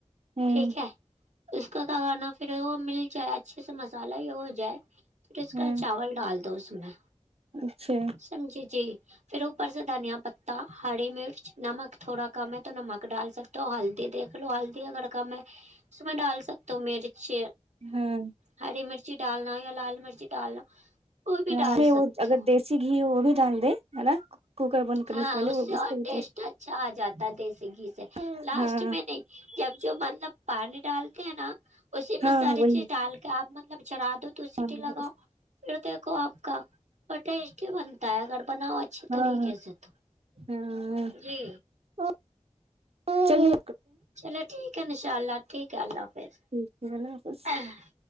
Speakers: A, on the right; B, on the right.
A: ہوں
B: ٹھیک ہے اس کا کیا کرنا پھر وہ مل جائے اچھے سے مسالہ ہی وہ جائے پیس
A: ہاں
B: کر چاول ڈال دو اس میں
A: اچھا
B: سمجھی جی پھر اوپر سے دھنیا پتا ہری مرچ نمک تھوڑا کم ہے تو نمک ڈال سکتے ہو ہلدی دیکھ لو ہلدی اگر کم ہے اس میں ڈال سکتا ہوں مرچ
A: ہاں
B: ہری مرچی ڈالنا یا لال مرچی ڈالنا وہ بھی
A: ہاں
B: ڈال
A: اپ نے وہ
B: سکتے
A: اگر
B: ہو
A: دیسی گھی ہو وہ بھی ڈال د ہے نا کوکر بند کرنے
B: ہاں
A: پہلے
B: اس
A: وہ
B: سے اور
A: کا بھی
B: ٹیسٹ اچھا آ جاتا د یسی گھی سے
A: ہاں
B: لاسٹ
A: ہاں
B: میں نہیں جب جو مطلب پانی ڈالتے ہیں نا اسی میں ساریے
A: ہاں وہی
B: چیز ڈال کیا آپ مطلب چرا دو تو سٹی
A: ہاں
B: لگاؤ پھر دیکھو آپ کا اور ٹیسٹی بنتا ہے اگر بناؤ اچھی
A: ہاں
B: طریقے سے تو
A: ہاں
B: جی
A: چلے
B: چلے ٹھیک ہے انشاء اللہ ٹھیک ہے اللہ حافظ
A: ٹھیک ہے اللہ حافظ
B: <unintelligible>